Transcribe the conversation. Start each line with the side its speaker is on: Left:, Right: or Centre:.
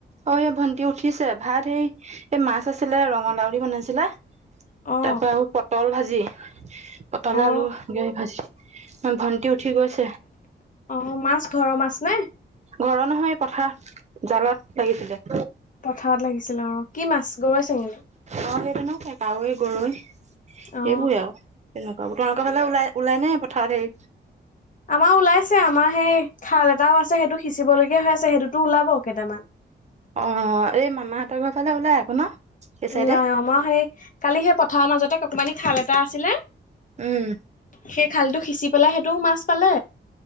Right: অ', এ ভণ্টি উঠিছে ভাত সেই এ, মাছ আছিলে ৰঙলাউ দি বনাছিলে
Left: অ
Right: তা পা আও পটল ভাজি পটলে
Left: অ
Right: আলু গে ভাজি ম ভণ্টি উঠি গৈছে।
Left: অ', মাছ ঘৰ মাছ নে?
Right: ঘৰ নহয় এ, পথাৰ জালত লাগিছিলে।
Left: পথাঅত লাগিছিলে অ', কি মাছ গৰৈ, চেঙেলি?
Right: অ', সেইটো নো <unintelligible> কাৱৈ, গৰৈ
Left: অ
Right: এইবোএ আও। <unintelligible> বাবু তোমালোক ফালে ওলাই ওলাই নে পথাৰত হেই
Left: আমা ওলাইছে আমা সেই খাল এটাও আছে সেইটো সিঁচিবলগীয়া হৈ আছে সেইটোতো ওলাব কেটামান।
Right: অ', এই মামাহঁত ঘ ফালে ওলাই আকৌ ন এই চাইডে?
Left: লাই অ', মা সেই কালি সেই পথাঅ মাজতে ককমানি খাল এটা আছিলে-
Right: উম।
Left: সেই খালটো সিঁচি পেলাই সেইটোও মাছ পালে।